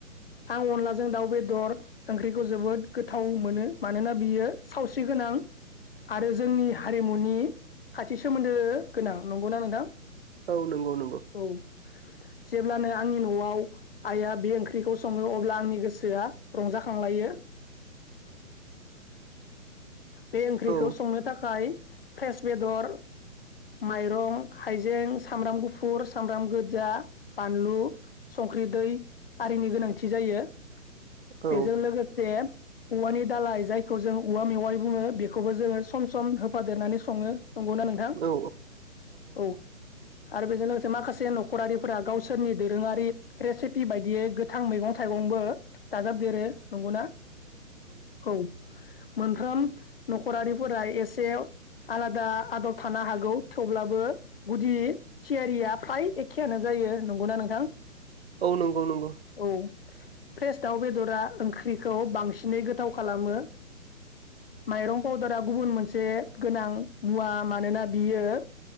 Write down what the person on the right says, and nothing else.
औ नंगौ नंगौ
औ
औ
औ
औ नंगौ नंगौ